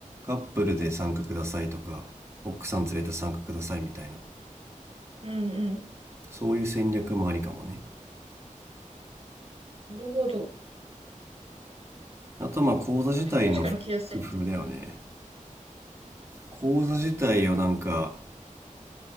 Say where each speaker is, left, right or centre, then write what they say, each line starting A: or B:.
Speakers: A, on the right; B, on the right.
A: カップルで参加くださいとか奥さん連れて参加くださいみたいな
B: ん、うん。
A: そういう戦略もありかもね
B: なるほど。
A: あとまあ講座自体の工夫だよね
B: 確かに着やすいね。
A: 講座自体をなんか